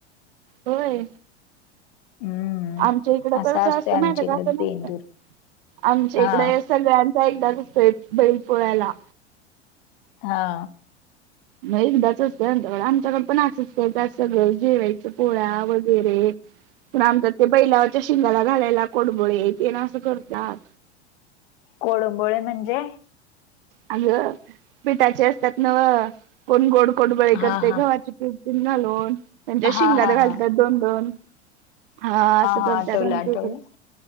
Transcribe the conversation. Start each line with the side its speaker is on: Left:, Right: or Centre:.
Right: व्हय.
Left: हम्म
Right: आमच्या इकडं
Left: असा
Right: कसं
Left: असतोय
Right: असतं
Left: आमच्या
Right: माहिती हाय का
Left: इकडे
Right: असं
Left: बेंदूर
Right: नसतं आमच्या
Left: हा
Right: इकडं सगळ्यांचा एकदाच असतोय बैल पोळ्याला.
Left: हा.
Right: मग एकदाच असतंय आमच्याक आमच्याकड पण असंच करत सगळं जेवायचं पोळ्या वगैरे गैरे पण आमच्यात बैलाच्या शिंगाला घालायला कुडकुळे असं ते करतात.
Left: कोळंबोळे म्हणजे?
Right: अगं पिठाचे असतात नव्ह. कोण गोड कोडबळे
Left: हा
Right: करते
Left: हा
Right: गव्हाच पीठ घालून त्यांच्या शिंगात
Left: हा हा
Right: घालतात
Left: हा
Right: दोन दोन. हा असं करत्यात
Left: हा आठवलं
Right: आमच्या
Left: आठवलं
Right: इकडं.